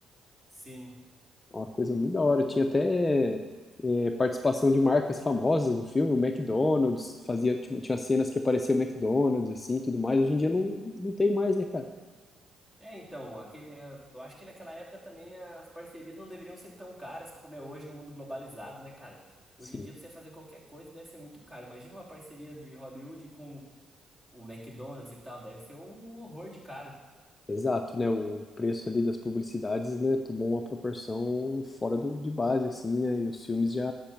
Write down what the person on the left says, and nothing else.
É Uma coisa muito da hora. Tinha até é, participação de marcas famosas no filme, o McDonald's, fazia, tinha tinha cenas que aparecia o McDonald's, assim, tudo mais. Hoje em dia não, não tem mais, né, cara?
Sim.
Exato, né? O preço ali das publicidades, né, tomou uma proporção fora do, de base, assim, né? E os filmes já